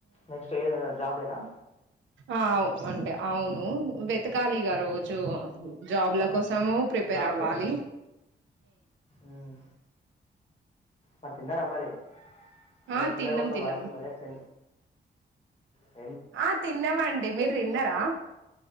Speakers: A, on the left (about 35°); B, on the right (about 80°).
A: నెక్స్ట్ జాబ్ ఏనా
B: ఆ అంటే అవును వెతకాలిగ రోజు జాబ్ల కోసం ము ప్రిపేర్
A: జాబ్
B: అవ్వాలి
A: కోసం మ్మ్. మరి తిన్నార మరి అ
B: ఆ
A: చిన్నగా
B: తిన్నాం
A: వత్తాంది
B: తిన్నాం
A: వాయిసు మరి తి అ
B: ఆ తిన్నాం అండి మీరు తిన్నారా